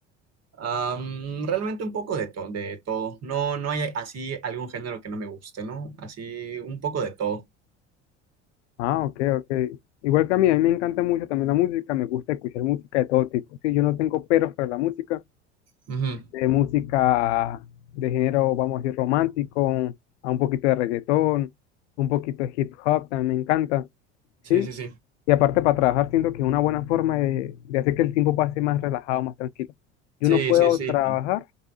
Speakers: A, on the right (about 45°); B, on the left (about 75°).
A: Am, realmente un poco de, to- de todo. No, no hay así algún género que no me guste, ¿no? Así un poco de todo.
B: Ah, ok, ok. Igual que a mí, a mí me encanta mucho también la música, me gusta escuchar música de todo tipo. Sí, yo no tengo peros para la música.
A: Ujú.
B: de música de género, vamos a decir, romántico, a un poquito de reggaetón, un poquito de hip hop, también me encanta,
A: Sí,
B: ¿sí?
A: sí, sí.
B: Y aparte para trabajar siento que es una buena forma de, de hacer que el tiempo pase más relajado, más tranquilo. Yo
A: Sí,
B: no puedo
A: sí, sí.
B: trabajar